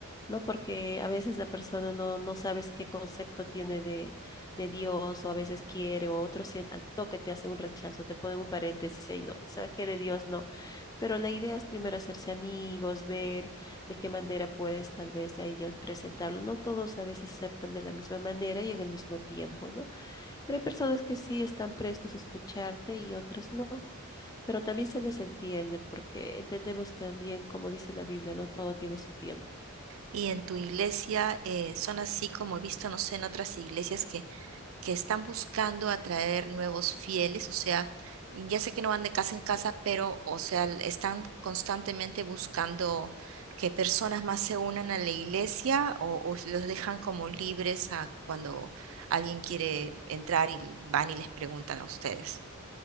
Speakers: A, on the left; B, on the right.
A: ¿no? Porque a veces la persona no, no sabes qué concepto tiene de, de Dios o a veces quiere o otro siente, al toque te hace un rechazo, te pone un paréntesis y no, sabes que de Dios no. Pero la idea es primero hacerse amigos, ver de qué manera puedes tal vez a ellos presentarlo. No todos a veces aceptan de la misma manera y en el mismo tiempo, ¿no? Pero hay personas que sí están prestos a escucharte y otras no pero también se les entiende porque entendemos que también, como dice la Biblia, no todo tiene su tiempo.
B: y en tu iglesia eh, son así como he visto, no sé, en otras iglesias que, que están buscando atraer nuevos fieles, o sea, ya sé que no van de casa en casa, pero, o sea, l- están constantemente buscando que personas más se unan a la iglesia o, o los dejan como libres a cuando alguien quiere entrar y van y les preguntan a ustedes.